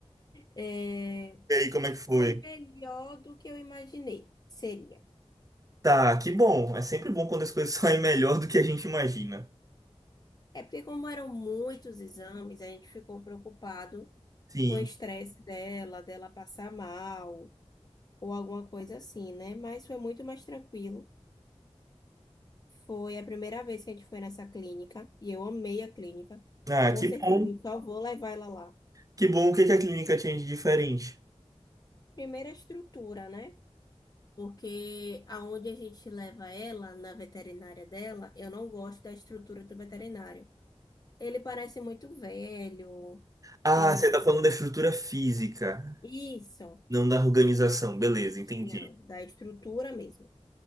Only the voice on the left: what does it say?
É,
Foi
melhor do que eu imaginei. Seria.
É porque, como eram muitos exames, a gente ficou preocupado
com o estresse dela, dela passar mal, ou alguma coisa assim, né? Mas foi muito mais tranquilo. Foi a primeira vez que a gente foi nessa clínica, e eu amei a clínica.
Com
certeza,
eu só vou levar ela lá.
Primeiro a estrutura, né? Porque aonde a gente leva ela, na veterinária dela, eu não gosto da estrutura do veterinário. Ele parece muito velho,
tem
um...
Isso,
não, da estrutura mesmo.